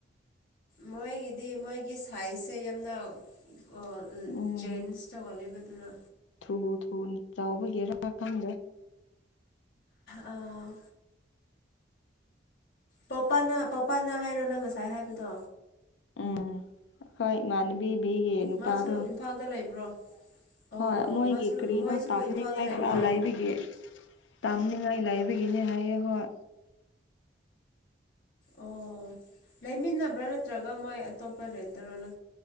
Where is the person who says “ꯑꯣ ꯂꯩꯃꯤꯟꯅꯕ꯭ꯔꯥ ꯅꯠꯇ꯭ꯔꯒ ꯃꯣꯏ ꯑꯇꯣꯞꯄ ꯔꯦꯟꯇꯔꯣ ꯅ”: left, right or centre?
Left